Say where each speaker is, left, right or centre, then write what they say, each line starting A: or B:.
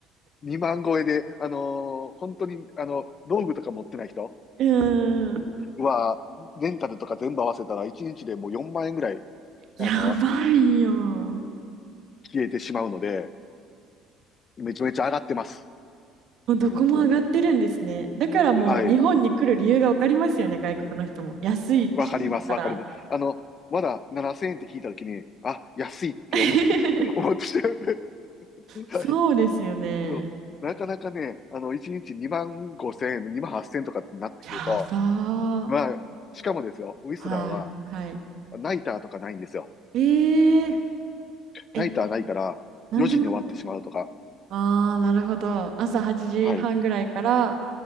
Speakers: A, on the left; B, on the right.
A: 2万超えで、あのー本当に、あの、道具とか持ってない人
B: うーん。
A: は、レンタルとか全部合わせたら、1日でもう4万円ぐらい、
B: やばいよ。
A: あの、消えてしまうので、めちゃめちゃ上がってます。
B: もうどこも上がってるんですね。
A: うん。
B: だからもう日本に来る理由がわかりますよね、
A: はい。
B: 外国の人も。安いし、
A: わかります、
B: そしたら。
A: わかります。あの、まだ7000円って聞いたときに、あ、安いって思って、
B: <laughs>
A: <laughs> 思ってしまう。<laughs>
B: そうですよね。
A: はい。そう。なかなかね、あの、1日2万5千円、2万8千円とかってなってくると、
B: やばー。
A: まあ、しかもですよ、ウィスラーは、
B: はい。はい。
A: ナイターとかないんですよ。
B: えー、え、
A: ナイターないから、
B: 何時まで
A: 4時に終わってしまうとか。
B: ああー、なるほど。朝8時半ぐらいから
A: はい。